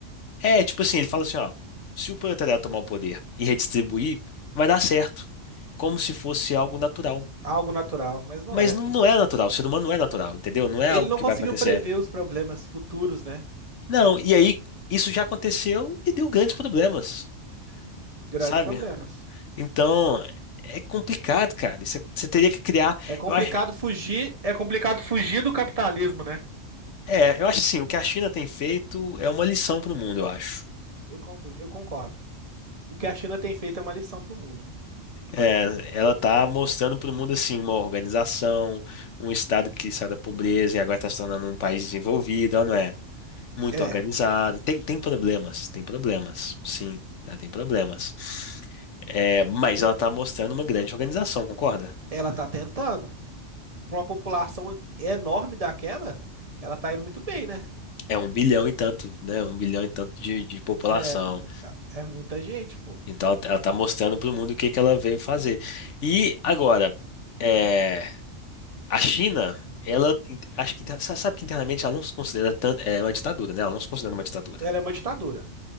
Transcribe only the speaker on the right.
Algo natural, mas não
é,
pô.
Ele não
conseguiu
prever os problemas futuros, né?
Grandes
problemas.
É complicado
fugir, é complicado fugir do capitalismo, né?
Eu, compl- eu concordo. O que a China tem feito é uma lição para o mundo.
É,
ela tá tentando. Para uma população enorme daquela, ela tá indo muito bem, né?
É, muita- é muita gente, pô.
Ela é uma ditadura.